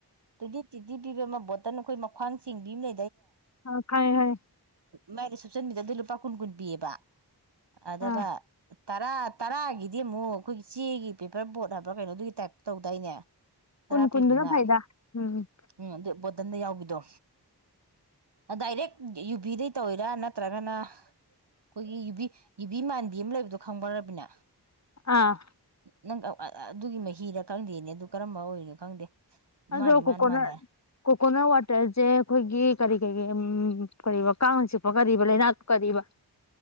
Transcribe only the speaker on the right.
ꯇꯨꯋꯦꯟꯇꯨ - ꯇꯨꯏꯟꯠꯌ ꯄꯤꯕ ꯑꯃ ꯕꯣꯇꯜ ꯑꯩꯈꯣꯏ ꯃꯈꯋꯥꯥꯟ ꯆꯤꯡꯕꯤ ꯑꯃ
ꯃꯥꯏꯗꯤ ꯁꯨꯞꯆꯟꯕꯤꯗ ꯑꯗꯨ ꯂꯨꯄꯥ ꯀꯨꯟ- ꯀꯨꯟ ꯄꯤꯌꯦꯕ꯫ ꯑꯗꯨꯒ
ꯇꯔꯥ ꯇꯔꯥꯒꯤꯗꯤ ꯑꯃꯨꯛ ꯑꯩꯈꯣꯏꯒꯤ ꯆꯦꯒꯤ ꯄꯦꯄꯔ ꯕꯣꯠ ꯍꯥꯏꯕ꯭ꯔꯥ ꯀꯩꯅꯣ ꯑꯗꯨꯒꯤ ꯇꯥꯏꯞꯇ ꯇꯧꯗꯥꯏꯅꯦ? ꯇꯔꯥ
ꯄꯤꯕꯗꯨꯅ
ꯎꯝ ꯑꯗꯨ ꯕꯣꯇꯟꯗ ꯌꯥꯎꯕꯤꯗꯣ ꯗꯥꯏꯔꯦꯛ ꯌꯨꯕꯤꯗꯩ ꯇꯧꯋꯤꯔ ꯅꯠꯇ꯭ꯔꯒꯅ ꯑꯩꯈꯣꯏꯒꯤ ꯌꯨꯕꯤ ꯌꯨꯕꯤ ꯃꯥꯟꯕꯤ ꯑꯃ ꯂꯩꯕꯗꯣ ꯈꯪꯕꯔꯥ ꯔꯕꯤꯅꯥ?
ꯅꯪ ꯑꯗꯨꯒꯤ ꯃꯍꯤꯗ ꯈꯪꯗꯦꯅꯦ ꯑꯗꯨ ꯀꯔꯝꯕ ꯑꯣꯏꯔꯤꯅꯣ ꯈꯪꯗꯦ꯫ ꯃꯥꯅꯤ
ꯃꯥꯅ
ꯃꯥꯟꯅꯔꯦ